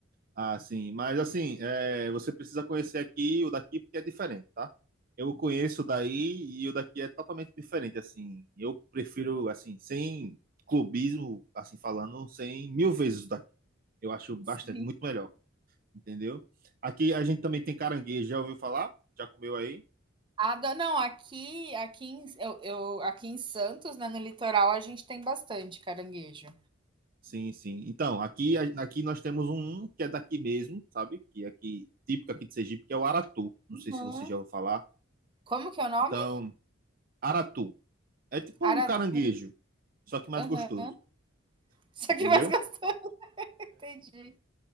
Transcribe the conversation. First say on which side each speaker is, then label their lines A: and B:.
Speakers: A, on the right (about 45°); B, on the right (about 25°).
A: Ah, sim. Mas assim, é, você precisa conhecer aqui e o daqui porque é diferente, tá? Eu conheço o daí e o daqui é totalmente diferente, assim. Eu prefiro, assim, sem clubismo, assim falando, sem mil vezes o daqui. Eu acho bastante,
B: Sim.
A: muito melhor, entendeu? Aqui a gente também tem caranguejo, já ouviu falar? Já comeu aí?
B: Ado- não, aqui, aqui em, eu, eu- aqui em Santos, né, no litoral, a gente tem bastante caranguejo.
A: Sim, sim. Então, aqui, a- aqui nós temos um que é daqui mesmo, sabe? Que é aqui, típico aqui de Sergipe, que é o aratu. Não
B: Uhum.
A: sei se você já ouviu falar.
B: Como que é o nome?
A: Então, aratu. É tipo
B: Aratu.
A: um caranguejo, só que mais
B: Aham.
A: gostoso,
B: <laughs> Isso
A: entendeu?
B: aqui mais gostou, entendi.